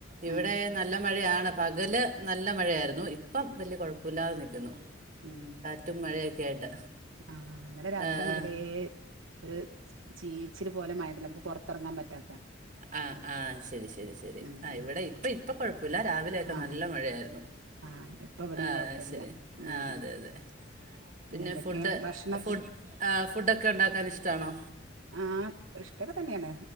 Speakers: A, on the right; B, on the right.
A: ഇവടെ
B: ഉം
A: നല്ല മഴയാണ് പകല് നല്ല മഴയായിരുന്നു ഇപ്പം വല്യ കൊഴപ്പല്ലാതെ നിൽക്കുന്നു.
B: ഉം
A: റ്റും മഴയക്കെ ആയിട്ട്
B: ആ ഇന്നലെ രാത്രി
A: ആ
B: മുതലേ
A: ആ
B: ഒര് ചീച്ചില് പോലെ മഴയിണ്ടല്ലോ നമുക്ക് പൊറത്തിറങ്ങാൻ പറ്റാ
A: ആഹ് ആഹ് ശരി ശരി ശരി
B: ഉം
A: ആഹ് ഇവടെ ഇപ്പേ ഇപ്പം കൊഴപ്പല്ല രാവിലെയൊക്കെ
B: ആഹ്
A: നല്ല മഴയായിരുന്നു.
B: ആഹ് <unintelligible>
A: ആഹ്
B: കൊഴപ്പല്ല
A: ശരി
B: ഉം
A: ആഹ് അതെ അതെ പിന്നെ
B: എന്തൊക്കെ
A: ഫുഡ്
B: ഭക്ഷണൊക്കെ
A: ഫു ആ ഫുഡൊക്കെ ഉണ്ടാക്കാൻ ഇഷ്ടാണോ?
B: ആഹ് ഇഷ്ടൊക്കെ തന്നെയാണ്